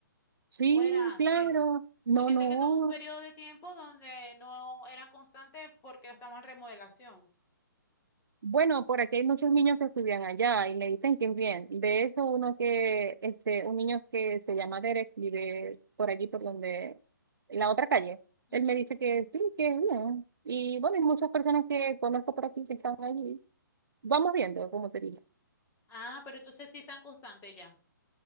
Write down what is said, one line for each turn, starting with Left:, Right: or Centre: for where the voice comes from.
Right: Sí,
Left: o era antes.
Right: claro. No,
Left: Porque
Right: no.
Left: sé que tuvo un periodo de tiempo donde no era constante porque estaba en remodelación.
Right: Bueno, por aquí hay muchos niños que estudian allá y me dicen que bien. De hecho, uno que, este, un niño que se llama Derek vive por allí, por donde, en la otra calle.
Left: Ujú.
Right: Él me dice que sí, que es bien. Y bueno, hay muchas personas que conozco por aquí que están allí. Vamos viendo, como te digo.
Left: Ah, pero entonces sí están constantes ya.